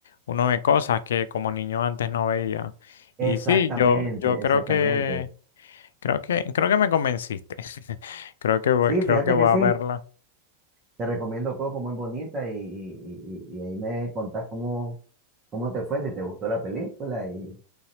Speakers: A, on the left (about 60°); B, on the right (about 25°).
A: uno ve cosas que como niño antes no veía.
B: Exactamente,
A: Y sí, yo, yo creo
B: exactamente.
A: que, creo que, creo que me convenciste. <laughs> Creo que voy,
B: Sí,
A: creo
B: fíjate
A: que voy
B: que sí.
A: a verla.
B: Te recomiendo Coco, muy bonita y, y- y- y ahí me contás cómo, cómo te fue, si te gustó la película y,